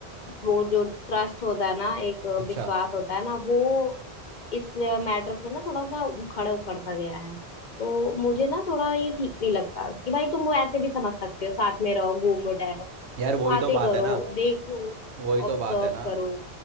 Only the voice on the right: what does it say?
अच्छा
यार वही
तो बात
है ना
वही तो
बात है ना